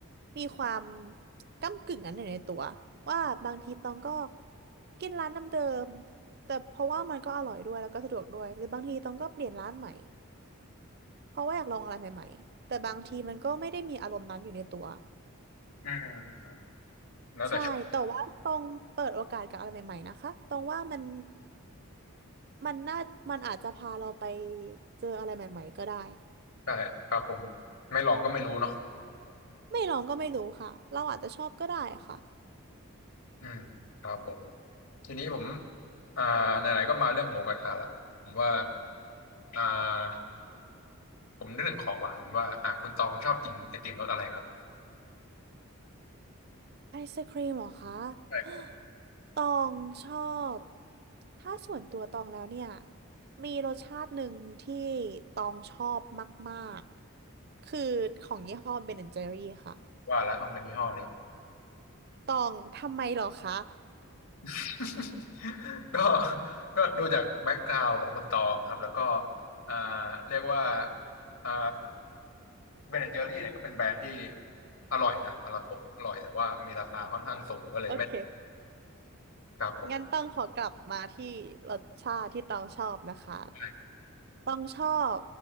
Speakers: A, on the right; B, on the left.
A: มีความก้ำกึ่งนั้นอยู่ในตัวว่าบางทีตองก็กินร้านเดิมๆแต่เพราะว่ามันก็อร่อยด้วยแล้วก็สะดวกด้วยหรือบางทีตองก็เปลี่ยนร้านใหม่เพราะว่าอยากลองอะไรใหม่ๆแต่บางทีมันก็ไม่ได้มีอารมณ์นั้นอยู่ในตัว
B: อืมแล้วแต่ช่วง
A: ใช่แต่ว่าตองเปิดโอกาสกับอะไรใหม่ๆนะคะตองว่ามัน มันน่ามันอาจจะพาเราไปเจออะไรใหม่ๆก็ได้
B: ใช่ครับผมไม่ลองก็ไม่รู้เนาะ
A: ไม่ลองก็ไม่รู้ค่ะเราอาจจะชอบก็ได้ค่ะ
B: อืมครับผมทีนี้ผมอ่าไหนๆก็มาเรื่องหมูกระทะละผมว่าอ่า ผมนึกถึงของหวานว่าอ่ะคุณตองชอบกินไอติมรสอะไรครับ
A: ไอศครีมเหรอคะ
B: ใช่
A: <gasps> ตองชอบถ้าส่วนตัวตองแล้วเนี่ยมีรสชาติหนึ่งที่ตองชอบมากๆคือของยี่ห้อเบนแอนด์เจอรี่ค่ะ
B: ว่าละต้องเป็นยี่ห้อนี้
A: ตองทำไมเหรอคะ
B: <laughs> ก็ก็ดูจากแบ็กกราวด์ของคุณตองครับแล้วก็อ่าเรียกว่าอ่าเบนแอนเจอรี่เนี่ยก็เป็นแบรนด์ที่อร่อยนะสำหรับผมอร่อยแต่ว่ามีราคาค่อนข้างสูงก็เลยไม่
A: โอเค
B: ครับผม
A: งั้นต้องขอกลับมาที่รสชาติที่ต้องชอบนะคะ
B: ใช่
A: ต้องชอบ